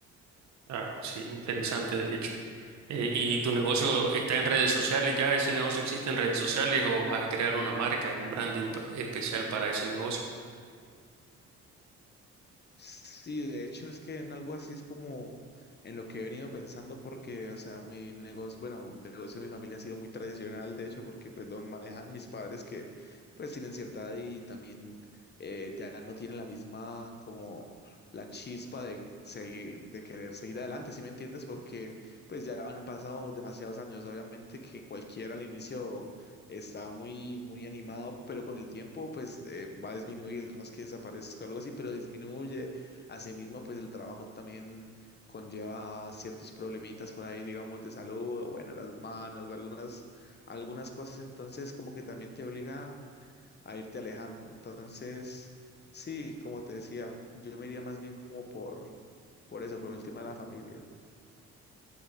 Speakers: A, on the right; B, on the left.
A: Ah, sí, interesante de hecho. Eh, ¿y tu negocio está en redes sociales? ¿Ya ese negocio existe en redes sociales o vas a crear una marca, un branding pa- especial para ese negocio?
B: Sí, de hecho es que en algo así es como en lo que he venido pensando porque, o sea, mi negocio, bueno, el negocio de mi familia ha sido muy tradicional, de hecho, porque pues lo manejan mis padres que pues tienen cierta edad y también eh, ya no tienen la misma como la chispa de, seguir- de querer seguir adelante, ¿sí me entiendes? Porque pues ya han pasado demasiados años, obviamente que cualquiera al inicio estaba muy, muy animado, pero con el tiempo pues eh, va a disminuir, no es que desaparezca o algo así, pero disminuye Asimismo, pues el trabajo también conlleva ciertos problemitas por ahí, digamos, de salud, o bueno, las manos, algunas, algunas cosas, entonces como que también te obliga a irte alejando. Entonces, sí, como te decía, yo me iría más bien como por, por eso, por el tema de la familia.